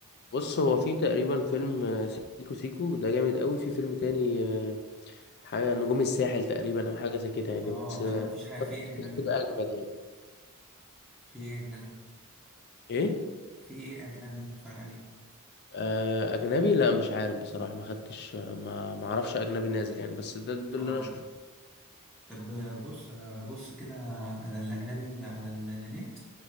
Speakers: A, on the left; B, in the centre.
A: بص هو في تقريبا فيلم آه، سيكو سيكو ده جامد قوي في فيلم تاني آه، حاجة نجوم الساحل تقريبا او حاجة زي كده يعني
B: اه
A: بس
B: طب
A: آه،
B: ما فيش حاجة في ايه أجنبي
A: بس كده اجمد يعني
B: في ايه أجنبي
A: ايه
B: في ايه أجنبي اتفرج عليه
A: آه، اجنبي لا مش عارف بصراحة ما خدتش آه، ما ما اعرفش اجنبي نازل يعني بس ده ده
B: اه
A: اللي انا شفته
B: طب بص أنا هبص كده على الأجنبي على النت